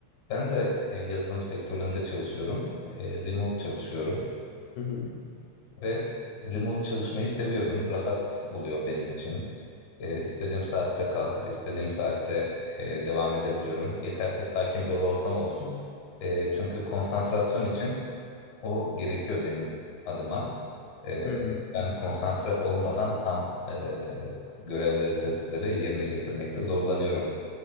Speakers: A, on the left; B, on the left.
A: Ben de e, yazılım sektöründe çalışıyorum, E, remote çalışıyorum.
B: Hı hı.
A: Ve remote çalışmayı seviyorum. Rahat oluyor benim için. Ee, istediğim saatte kalkıp istediğim saatte e, devam edebiliyorum. Yeter ki sakin bir ortam olsun. Ee, çünkü konsantrasyon için o gerekiyor benim adıma. Ee,
B: Hı hı. hı
A: ben
B: hı.
A: konsantre olmadan tam e, görevleri, testleri yerine getirmekte zorlanıyorum.